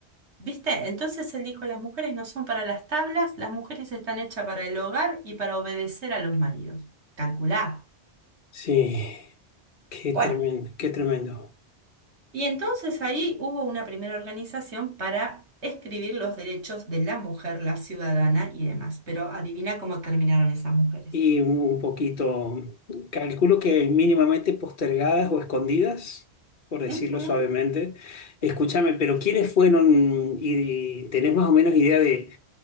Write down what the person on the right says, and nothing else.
¿Viste? Entonces él dijo, las mujeres no son para las tablas, las mujeres están hechas para el hogar y para obedecer a los maridos. Calculá.
Bueno,
y entonces ahí hubo una primera organización para escribir los derechos de la mujer, la ciudadana y demás. Pero adivina cómo terminaron esas mujeres.
Ujú,